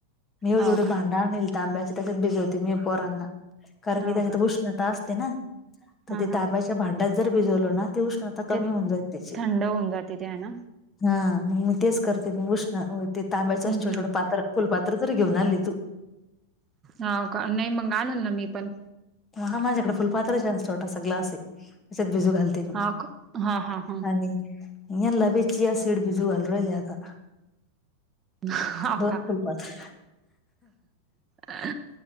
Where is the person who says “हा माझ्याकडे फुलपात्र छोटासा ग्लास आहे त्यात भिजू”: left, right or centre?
Left